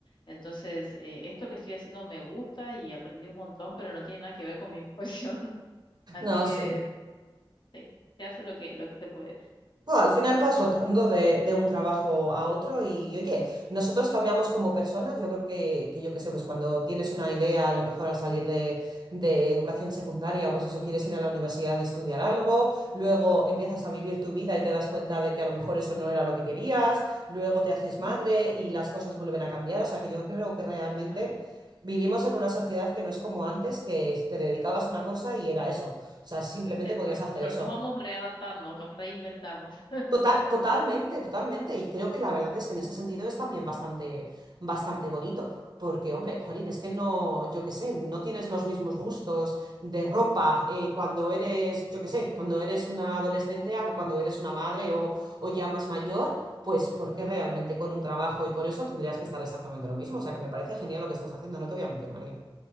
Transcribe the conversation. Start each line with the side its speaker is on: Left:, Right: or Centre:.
Left: Entonces, eh, esto que estoy haciendo me gusta y aprendí un montón, pero no tiene nada que ver con mi profesión. <laughs> Así
Right: No
Left: que
Right: sí
Left: sí, se hace lo que, lo que se puede.
Right: Bueno, al final vas rotando de, de un trabajo a otro y oye, nosotros cambiamos como personas, yo creo que, que yo qué sé, pues cuando tienes una idea, a lo mejor al salir de, de educación secundaria, pues eso, quieres ir a la universidad y estudiar algo, luego empiezas a vivir tu vida y te das cuenta de que a lo mejor eso no era lo que querías, luego te haces madre
Left: Ujú.
Right: y las cosas vuelven a cambiar, o sea que yo creo que realmente
Left: Exacto,
Right: vivimos en una sociedad que no es como antes, que te dedicabas a una cosa y era eso, o sea, simplemente
Left: exacto.
Right: podías hacer
Left: Nos
Right: eso.
Left: nos vamos readaptando, nos reinventamos. <laughs>
Right: Total, totalmente, totalmente. Y creo que la verdad es que en ese sentido es también bastante, bastante bonito. Porque, hombre, jolín, es que no, yo qué sé, no tienes los mismos gustos de ropa eh, cuando eres, yo qué sé, cuando eres una adolescente a que cuando eres una madre o, o ya más mayor, pues porque realmente
Left: Sí,
Right: con un trabajo
Left: tal-
Right: y con eso tendrías que estar exactamente lo mismo. O sea que me parece genial lo que estás haciendo, no te voy a mentir, María.